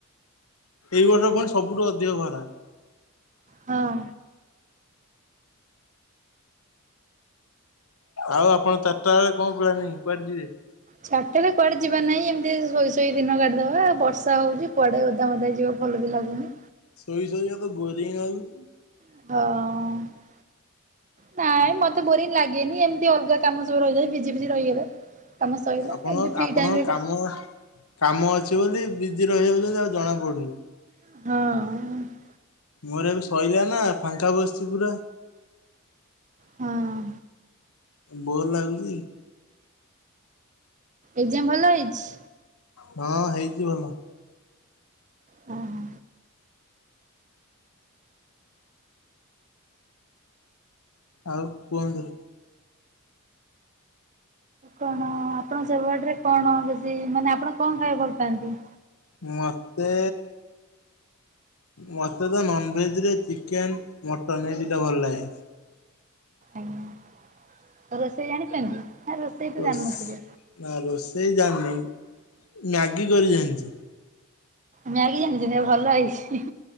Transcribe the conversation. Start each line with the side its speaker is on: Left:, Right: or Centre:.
Left: ଏଇ ବର୍ଷ ପୁଣି ସବୁଠୁ ଅଧିକ ଖରା।
Right: ହଁ।
Left: ଆଉ ଆପଣ ଚାରିଟା ବେଳେ କଣ ପ୍ଲୀନିଂ କୁଆଡେ ଯିବେ?
Right: ଛାଟେରେ କୁଆଡେ ଯିବାର ନାହିଁ, ଏମିତି ଶୋଇ ଶୋଇ ଦିନ କାଟିଦବା ବର୍ଷା ହଉଛି କୁଆଡେ ଓଦା ମଦା ହେଇଯିବ। ଭଲ ବି ଲାଗୁନି।
Left: ସୋଇ ସୋଇ ମତେ ବୋରିଂ ଲାଗୁଛି।
Right: ହଁ। ନାଇଁ ମତେ ବୋରିଂ ଲାଗେନି ଏମିତି ଅଲଗା କାମ ସବୁ ରହିଗଲେ ଭଜି ଫିଜି ରହିଗଲେ। କାମ ସରିଲା
Left: ଆପଣ
Right: ଏମିତି ଫ୍ରି
Left: ଆପଣଙ୍କ
Right: ଟାଇମ୍ ରେ
Left: କାମ
Right: କେତ
Left: କାମ ଅଛି ବୋଲି ବିଜି ରହିଯାଉଛନ୍ତି ଆଉ ଜଣାପଡ଼ୁନି।
Right: ହଁ।
Left: ମୋର ଏବେ ଶୋଇଲା ନା ଫାଙ୍କା ବସିଛି ପୁରା।
Right: ହଁ।
Left: ବୋର୍ ଲାଗୁଛି।
Right: ଏକ୍ଜାମ୍ ଭଲ ହେଇଛି?
Left: ହଁ ହେଇଛି ଭଲ।
Right: ହଁ।
Left: ଆଉ କୁହନ୍ତୁ?
Right: କଣ ଆପଣ ସେଡରେ କଣ ବେଶୀ ମାନେ ଆପଣ କଣ ଖାଇବା ଭଲ ପାଆନ୍ତି?
Left: ମତେ ମତେ ତ ନନ୍ ଭେଜ୍ ରେ ଚିକେନ୍ ମଟନ ଏଇ ଦିଇଟା ଭଲ ଲାଗେ।
Right: ଆଜ୍ଞା। ରୋଷେଇ ଜାଣିଛନ୍ତି? ନା ରୋଷେଇ ତ
Left: ରୋଷେ
Right: ଜାଣିନଥିବେ?
Left: ନା ରୋଷେଇ ଜାଣିନି ମ୍ୟାଗି କରି ଜାଣିଛି।
Right: ମ୍ୟାଗି ଯାଣିଛନ୍ତି ଭଲ ହେଇଛି।